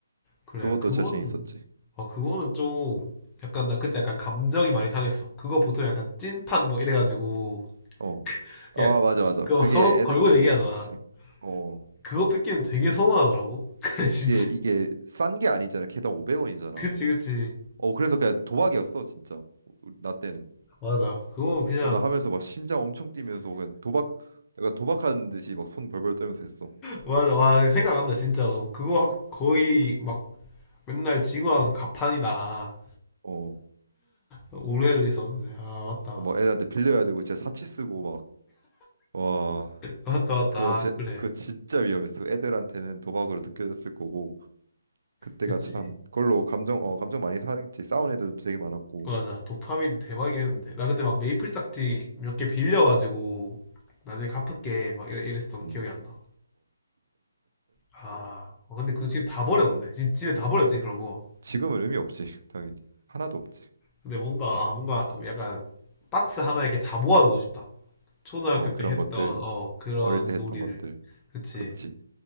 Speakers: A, on the left; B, on the right.
A: 그래,
B: 그것도
A: 그거는,
B: 진짜 재밌었지.
A: 아, 그거는 좀, 약간, 나 그때 약간 감정이 많이 상했어. 그거 보통 약간 찐판 뭐 이래가지고,
B: 어.
A: 그냥,
B: 아 맞아 맞아.
A: 그거
B: 그게
A: 서로 걸고
B: 애들끼리
A: 내기하잖아.
B: 그렇지. 어.
A: 그거 뺏기면 되게 서운하더라고. <laughs> 그래, 진짜.
B: 이게 이게 싼 게 아니잖아. 개당 500원이잖아.
A: 그치, 그치.
B: 어 그래서 그냥 도박이었어 진짜 우 나 때는
A: 맞아. 그거 그냥,
B: 어 나 하면서 막 심장 엄청 뛰면서 그냥 도박 내가 도박하는 듯이 막 손 벌벌 떨면서 했어
A: 맞아. 와, 생각 안 난다, 진짜로. 그거 거의 막 맨날 지고 나서 가판이다.
B: 어어막어막
A: 오해를 있었는데. 아, 맞다.
B: 애들한테 빌려야 되고 진짜 사치 쓰고 막와
A: 맞다, 맞다.
B: 그거 제
A: 아, 그래.
B: 그거 진짜 위험했어 애들한테는 도박으로 느껴졌을 거고 그때가
A: 그치.
B: 참 그걸로 감정 어 감정 많이 상했지 싸운 애들도 되게 많았고
A: 맞아. 도파민 대박이었는데. 나 그때 막 메이플 딱지 몇 개 빌려가지고 나중에 갚을게 막 이래, 이랬었던 거
B: 음어음어아
A: 기억이 안 나. 아, 어, 근데 그 집 다 버렸네. 지금 집에 다 버렸지 그런 거.
B: 지금은 의미 없지 <laughs> 당연히 하나도 없지
A: 근데 뭔가 아 뭔가 약간 박스 하나 이렇게 다 모아두고 싶다. 초등학교
B: 어 그런
A: 때 했던
B: 것들
A: 어 그런
B: 어릴 때 했던
A: 놀이들.
B: 것들
A: 그치.
B: 그렇지